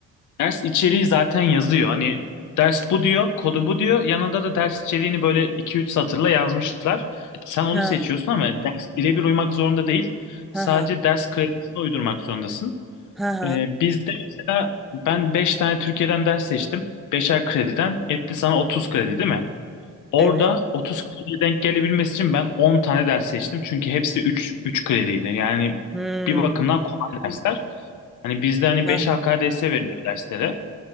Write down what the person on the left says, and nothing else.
ders içeriği zaten yazıyor. Hani ders bu diyor, kodu bu diyor. Yanında da ders içeriğini böyle iki üç satırla yazmışlar. Sen onu
seçiyorsun ama ders birebir uymak zorunda değil.
Sadece
ders kredisini uydurmak zorundasın.
Ee, bizde mesela ben 5 tane Türkiye'den ders seçtim. beşer krediden etti sana otuz kredi değil mi? Orada
30 krediye denk gelebilmesi için ben 10 tane ders seçtim. Çünkü hepsi 3 3 krediydi. Yani
bir bakımdan kolay dersler. Hani bizde hani
5
HKDS veriliyor derslere.